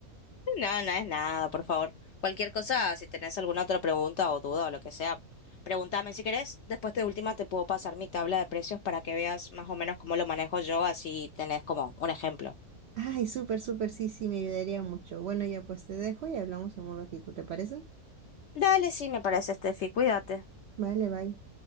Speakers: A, on the left; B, on the right.
A: no, no no es nada, por favor. Cualquier cosa, si tenés alguna otra pregunta o duda o lo que sea, pregúntame si querés. Después de última te puedo pasar mi tabla de precios para que veas más o menos cómo lo manejo yo, así tenés como un ejemplo.
B: Ay, súper, súper, sí, sí, me ayudaría mucho. Bueno, ya pues te dejo y hablamos en un ratito, ¿te parece?
A: Dale, sí, me parece, Steffi, cuídate.
B: Vale, bye.